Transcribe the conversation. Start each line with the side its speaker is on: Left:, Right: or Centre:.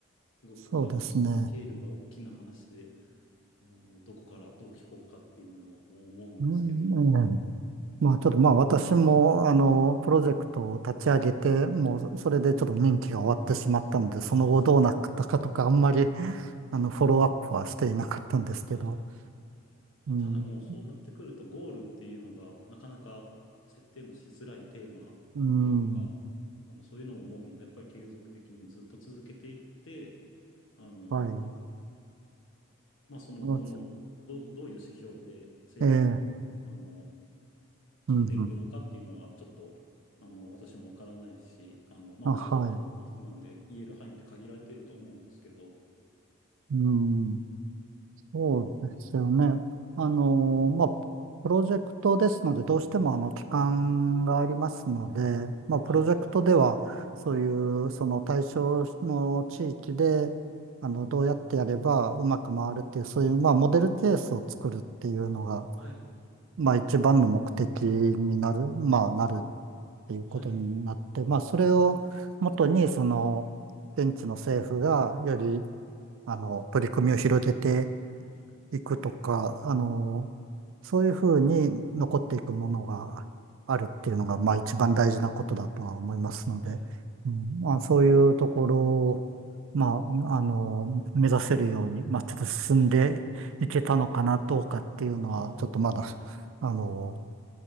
Left: すごく、
Right: そうですね。
Left: あの、ススケールが大きな話で、あの、どこからどう聞こうかっていうものを思うんですけども、
Right: うん、うんまあちょっとまあ私もあのプロジェクトを立ち上げて、もうそれでちょっと任期が終わってしまったので、その後どうなったかとかあんまり
Left: ああ、そう、
Right: <laughs> あのフォローアップはしていなかったんですけど、
Left: はい。まあ、
Right: うん、
Left: ただもうそうなってくると、ゴールっていうのが、なかなか設定もしづらいテーマというか、
Right: うん、うん
Left: あの、そういうのを思うので、やっぱり継続的にずっと続けていって、あの、
Right: はい。
Left: まあ、その、
Right: うん
Left: どの、どう、どういう指標で成果を、
Right: ええ、
Left: あの、決めてるのかっていうのは、
Right: うん、うん
Left: ちょっと、あの、私もわからないし、あの、まあ、
Right: あ、
Left: お仕事の話なんで、
Right: はい。
Left: 言える範囲って限られていると思うんですけど、
Right: うんそうですよね。あの、まあ、プロジェクトですので、どうしてもあの期間がありますので、まあ、プロジェクトでは、
Left: はい、
Right: そういう、その対象の地域で、あの、どうやってやればうまく回るっていう、そういう、まあ、モデルケースを作るっていうのが、
Left: はい、
Right: まあ、一番の目的になる、まあ、なるっていうことになって、
Left: はい、
Right: まあ、それを元に、その、現地の政府がより、あの、取り組みを広げて、
Left: あ
Right: 行くとか、あの、そういうふうに残っていくものがあるっていうのが、まあ一番大事なことだとは思いますので、
Left: はい、
Right: うん、まあそういうところを、まあ、あの、目指せるように、まあちょっと進んでいけたのかな、
Left: はい、
Right: どうかっていうのは、
Left: ああ、
Right: ちょっとまだ、
Left: なんか、はい。
Right: あの、